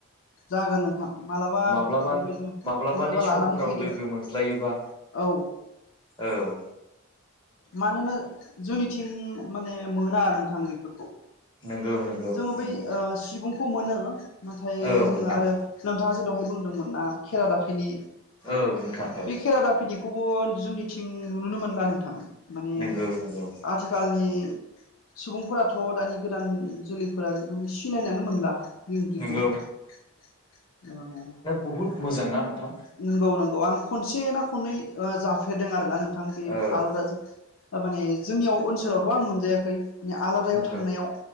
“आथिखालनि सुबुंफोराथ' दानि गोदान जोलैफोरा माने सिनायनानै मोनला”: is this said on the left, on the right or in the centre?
Left